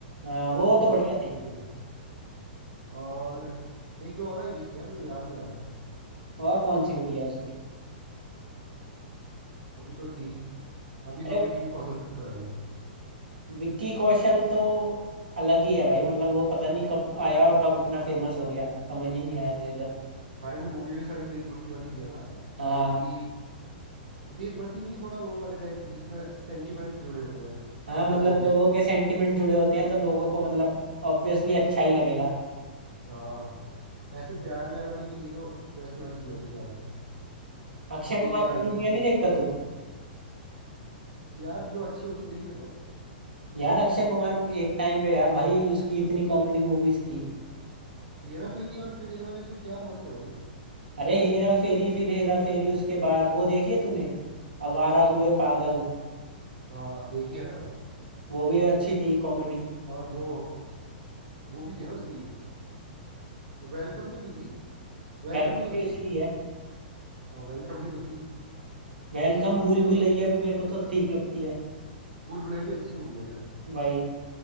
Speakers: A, on the right (about 75°); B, on the right (about 60°).
A: हाँ वो
B: वो
A: तो बढ़िया
B: तो अलग
A: थी
B: भी है और एक दो और आई थी उसकी यार मेरे को याद नहीं आ रहा है
A: और कौन सी बढ़िया है उसकी
B: वो ये तो थी अभी
A: अरे
B: तो विकी कौशल चल रहा है भाई
A: विक्की कौशल तो अलग ही है भाई मतलब वो पता नहीं कब आया और कब इतना फेमस हो गया समझ ही नहीं आया मुझे तो
B: भाई ने मूवी भी सारी देशभक्ति वाली किया ना
A: हाँ
B: पूरी देशभक्ति भी नहीं थोड़ा वो वाले टाइप की जिसमें सेंटिमेंट्स जुड़े होते हैं
A: हाँ मतलब
B: लोगों
A: लोगों
B: के
A: के सेंटिमेंट जुड़े होते हैं तो लोगों को मतलब ऑब्वियसली अच्छा ही लगेगा
B: हाँ ऐसे प्यार व्यार वाली नहीं की तो वैसे वाली की है उसने ज्यादा
A: अक्षय
B: अभी
A: कुमार
B: ये
A: की
B: आई
A: मूवियाँ
B: थी
A: नहीं देखता तू
B: यार जो अच्छी होती देख लेता हूँ
A: यार अक्षय कुमार एक टाइम पे यार भाई उसकी इतनी कॉमेडी मूवीज थी
B: हेरा फेरी और फिर हेरा फेरी तो क्या मस्त है भाई
A: अरे हेरा फेरी फिर हेरा फेरी उसके बाद वो देखी है तूने आवारा हुए पागल
B: हाँ देखी है ना
A: वो भी अच्छी थी कॉमेडी
B: और वो वो भी थी ना उसकी वेलकम तो नहीं थी वेलकम
A: वेलकम
B: भी तो
A: भी
B: थी
A: उसी की है
B: हाँ वेलकम भी तो थी
A: वेलकम भूल भुलैया भी मेरे को तो ठीक लगती है
B: भूल भुलैया भी अच्छी मूवी है यार
A: भाई